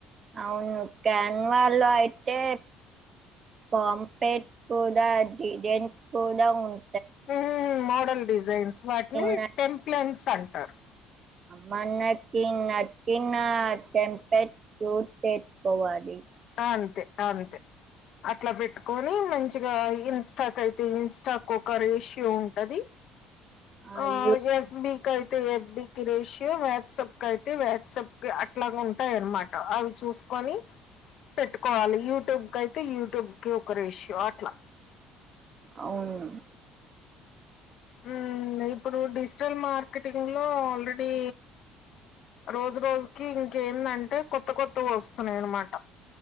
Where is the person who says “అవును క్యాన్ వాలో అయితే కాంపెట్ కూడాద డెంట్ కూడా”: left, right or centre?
Right